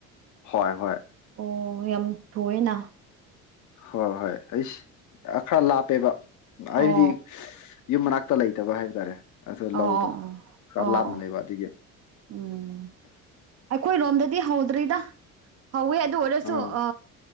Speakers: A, on the left (about 45°); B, on the right (about 35°).
A: ꯍꯣꯏ ꯍꯣꯏ
B: ꯑꯣ ꯌꯥꯝ ꯊꯣꯛꯑꯦꯅ
A: ꯍꯣꯏ ꯍꯣꯏ ꯑꯩꯁ ꯈꯔ ꯂꯥꯞꯄꯦꯕ
B: ꯑꯣ
A: ꯍꯥꯏꯕꯗꯤ ꯌꯨꯝ ꯃꯅꯥꯛ ꯇ ꯂꯩꯇꯕ ꯍꯥꯏꯕ ꯇꯥꯔꯦ ꯑꯗꯨ
B: ꯑꯣ
A: ꯂꯧꯗꯣ
B: ꯑꯣ
A: ꯈꯔ
B: ꯑꯣ ꯑꯣ
A: ꯂꯥꯞꯅ ꯂꯩꯕ ꯑꯗꯨꯒꯤ
B: ꯎꯝ ꯑꯩꯈꯣꯏ ꯂꯣꯝꯗ ꯗꯤ ꯍꯗ꯭ꯔꯔꯤꯗ ꯍꯋꯦ ꯑꯗꯨ ꯑꯣꯔꯁꯨ
A: ꯑꯥ
B: ꯑ